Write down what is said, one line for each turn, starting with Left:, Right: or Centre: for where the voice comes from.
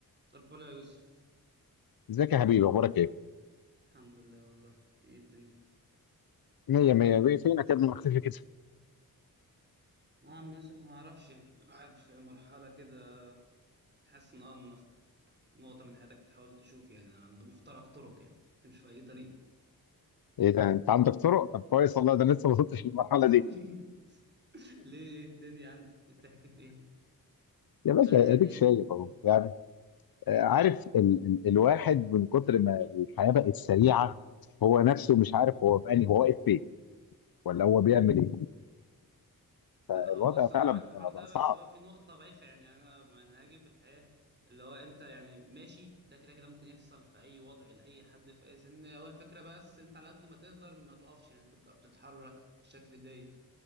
Right: مساء الفل يا يوسف
Left: ازيك يا حبيبي اخبارك ايه؟
Right: الحمد لله والله ايه الدنيا
Left: مية مية بيه فينك يا ابني مختفي كده؟
Right: يا عم يوسف ما اعرفش يعني الواحد في مرحلة كده تحس ان انا في نقطة من حياتك بتحاول تشوف يعني عند مفترق طرق يعني تمشي في اي طريق
Left: ايه ده انت عندك طرق؟ طب كويس والله ده أنا لسه ما وصلتش للمرحلة
Right: <laughs>
Left: دي
Right: ليه إيه الدنيا عندك بتحكي في ايه
Left: يا باشا
Right: ده يعني
Left: اديك شايف اهو يعني آه، عارف ال ال الواحد من كتر ما الحياة بقت سريعة هو نفسه مش عارف هو في انهي هو واقف فين ولا هو بيعمل ايه؟ لا،
Right: هو
Left: الوضع
Right: بص
Left: فعلا
Right: انا معاك
Left: بقى
Right: في الحوار ده
Left: بقى
Right: بس
Left: صعب
Right: هو في نقطه بايخه يعني انا منهجي في الحياه اللي هو انت يعني ماشي ده كده كده ممكن يحصل في اي وضع لاي حد في اي سن هو الفكره بس انت على قد ما تقدر ما تقفش يعني تبدا بتتحرك بالشكل ده